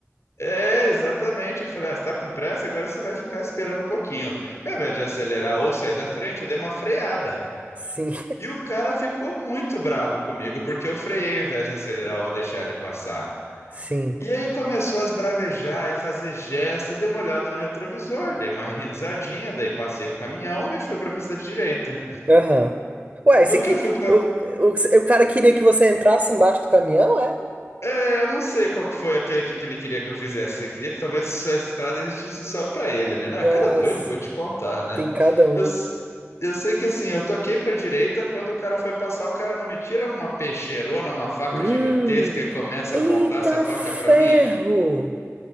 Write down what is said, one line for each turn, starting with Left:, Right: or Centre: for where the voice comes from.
Left: É, exatamente. Eu falei, ah, você tá com pressa? Agora você vai ficar esperando um pouquinho. Ao invés de acelerar ou sair da frente, eu dei uma freada.
Right: Sim,
Left: E o cara ficou muito brabo comigo porque eu freiei ao invés de acelerar ou deixar ele passar.
Right: <laughs> sim.
Left: E aí começou a esbravejar e fazer gesto, eu dei uma olhada no retrovisor, dei uma risadinha, daí passei o caminhão e fui para a pista de direita.
Right: Aham. Ué,
Left: No
Right: esse aqui.
Left: que eu fui
Right: O, o, o cara queria que você entrasse embaixo do caminhão, é?
Left: É, eu não sei qual que foi aquele que, que ele queria que eu fizesse. Ele queria que talvez essa estrada existisse só pra ele, né? Não,
Right: Nossa,
Left: é cada doido, vou te contar, né?
Right: tem cada uma.
Left: Eu, s- eu sei que assim, eu toquei pra direita, quando o cara foi passar, o cara não me tira uma peixeirona, uma faca
Right: Hum.
Left: gigantesca e começa a apontar
Right: Eita
Left: essa faca
Right: ferro!
Left: pra mim.